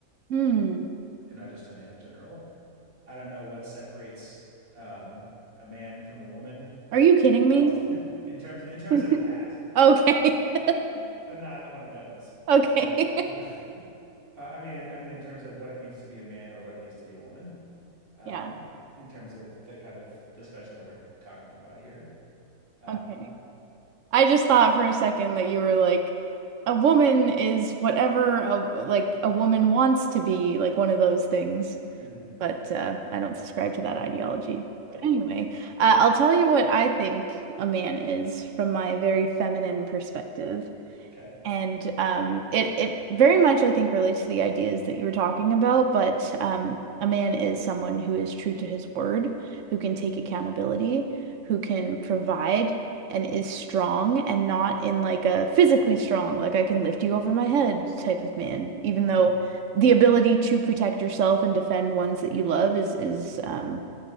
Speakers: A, on the right; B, on the right.
A: Hmm.
B: and not just a man in general. I don't know what separates um, a man from a woman.
A: Are you kidding
B: And, well,
A: me?
B: <laughs> in terms in terms
A: <laughs>
B: of that,
A: Okay.
B: I,
A: <laughs>
B: I'm not one of those,
A: Okay.
B: right? <laughs> But- Uh, I mean, I mean, in terms of what it means to be a man or what it means to be a woman, um,
A: <laughs> Yeah.
B: in terms of the kind of discussion that we're talking about here. Um,
A: Okay. I just thought for a second that you were like, a woman is whatever a like a woman wants to be, like one of those things.
B: mhm,
A: But uh, I don't subscribe to that ideology.
B: right.
A: But anyway, uh, I'll tell you what I think a man is from my very feminine perspective.
B: Okay.
A: And um, it it very much I think relates to the ideas that you were talking about, but um, a man is someone who is true to his word, who can take accountability, who can provide and is strong and not in like a physically strong, like I can lift you over my head type of man, even
B: hmm
A: though the ability to protect yourself and defend ones that you love is is um,